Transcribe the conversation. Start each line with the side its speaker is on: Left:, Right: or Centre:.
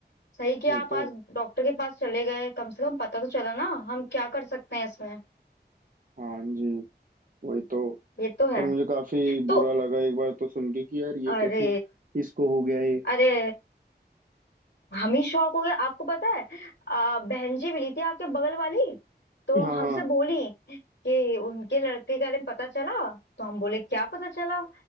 Left: सही कि
Right: वही
Left: आप
Right: तो
Left: आज डॉक्टर के पास चले गए कम से कम पता तो चला ना हम क्या कर सकते हैं इसमें
Right: हाँ जी वही तो
Left: ये तो है
Right: पर मुझे काफी बुरा
Left: तो
Right: लगा एक बार तो सुन के कि यार ये
Left: अरे
Right: कैसी इसको हो गया ये
Left: अरे हम ही शौक हो गए आपको पता है आ, बहन जी मिली थी आपके बगल वाली तो
Right: हाँ
Left: हमसे
Right: हाँ
Left: बोली कि उनके लड़के के बारे में पता चला तो हम बोले क्या पता चला